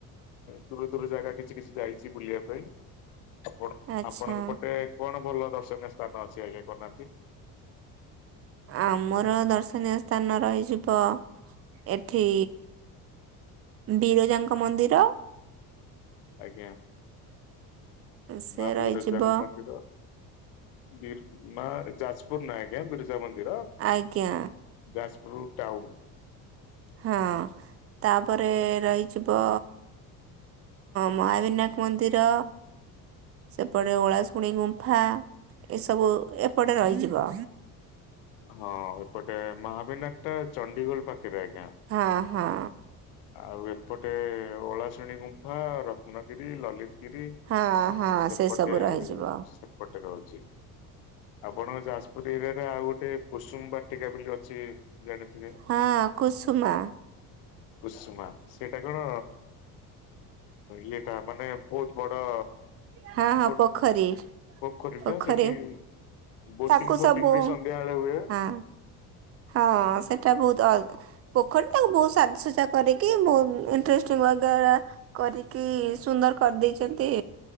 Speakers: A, on the left; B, on the right.
A: ଦୂର ଦୂର ଜାଗା କିଛି କିଛି ଯାଇଛି ବୁଲିବା ପାଇଁ। ଆପଣ
B: ଆଚ୍ଛା
A: ଆପଣଙ୍କ ପଟେ କଣ ଭଲ ଦର୍ଶନୀୟ ସ୍ଥାନ ଅଛି ଆଜ୍ଞା କହୁନାହାନ୍ତି।
B: ଆମର ଦର୍ଶନୀୟ ସ୍ଥାନ ରହିଯିବ ଏଠି ବିରଜାଙ୍କ ମନ୍ଦିର।
A: ଆଜ୍ଞା
B: ସେ
A: ମା
B: ରହିଯିବ
A: ବିରଜାଙ୍କ ମନ୍ଦିର। ବିର୍ ମା ଯାଜପୁର ନାଁ ଆଜ୍ଞା ବିରଜା ମନ୍ଦିର।
B: ଆଜ୍ଞା।
A: ଯାଜପୁର ଟାଉନ୍।
B: ହଁ ତାପରେ ରହିଯିବ। ମହାବିନାୟକ ମନ୍ଦିର ସେପଟେ ଓଳାଶୁଣିୀ ଗୁମ୍ଫା। ଏସବୁ ଏପଟେ ରହିଯିବ।
A: ହଁ ଏପଟେ ମହାବିନାୟକ ଟା ଚଣ୍ଡିଖୋଲ ପାଖରେ ଆଜ୍ଞା।
B: ହଁ ହଁ।
A: ଆଉ ଏପଟେ ଓଳାଶେଣୀ ଗୁମ୍ଫା ରତ୍ନଗିରି ଲଲିତି ଗିରି
B: ହଁ ହଁ
A: ସେପଟେ
B: ସେ ସବୁ ରହିଯିବ
A: ସେପଟେ ରହୁଚି। ଆପଣଙ୍କ ଯାସପୁରୁ ଏରିଆରେ ଆଉ ଗୋଟେ କୁସୁମୁ ବାଟିକା ବୋଲି ଅଛି ଜାଣିଥିବେ?
B: ହଁ କୁସୁମା।
A: କୁସୁମା ସେଇଟା କଣ ଇଏଟା ମାନେ ବହୁତ ବଡ
B: ହଁ ହଁ
A: ଗୋ
B: ପୋଖରୀ।
A: ପୋଖରୀଟା
B: ପୋଖରେୀ
A: ସେଠି ବୋଟିଂ
B: ତାକୁ
A: ଫୋଟିଂ
B: ସବୁ
A: ବି
B: ହଁ।
A: ସନ୍ଧ୍ୟା ବେଳେ ହୁଏ।
B: ହଁ ସେଟା ବହୁତ ପୋଖରୀ ତାାକୁ ବହୁତ ସାଜସଜା କରିକି ବହୁ ଇଟ୍ରେଷ୍ଟ ୱାଲ ଦ୍ୱରା କରିକି ସୁନ୍ଦର କରିଦେଇଛନ୍ତି।